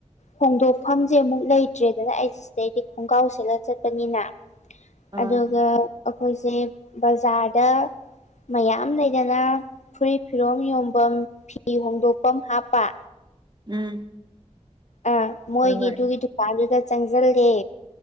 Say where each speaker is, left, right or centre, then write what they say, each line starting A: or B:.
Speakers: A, on the left; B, on the right.
A: ꯍꯣꯡꯗꯣꯛꯐꯝꯁꯦ ꯑꯃꯨꯛ ꯂꯩꯇ꯭ꯔꯦꯗꯅ ꯑꯩꯁꯦ ꯁꯤꯗꯩꯗꯤ ꯈꯣꯡꯒ꯭ꯔꯥꯎ ꯁꯠꯂꯒ ꯆꯠꯄꯅꯤꯅ
B: ꯑ
A: ꯑꯗꯨꯒ ꯑꯩꯈꯣꯏꯁꯦ ꯕꯖꯥꯔꯗ ꯃꯌꯥꯝ ꯂꯩꯗꯅ ꯐꯨꯔꯤꯠ ꯐꯤꯔꯣꯝ ꯌꯣꯝꯐꯝ ꯐꯤ ꯍꯣꯡꯗꯣꯛꯐꯝ ꯍꯥꯞꯄ
B: ꯎꯝ
A: ꯑꯥ ꯃꯣꯏꯒꯤꯗꯨꯒꯤ
B: ꯍꯣꯏ ꯍꯣꯏ
A: ꯗꯨꯀꯥꯟꯗꯨꯗ ꯆꯪꯖꯜꯂ‌ꯦ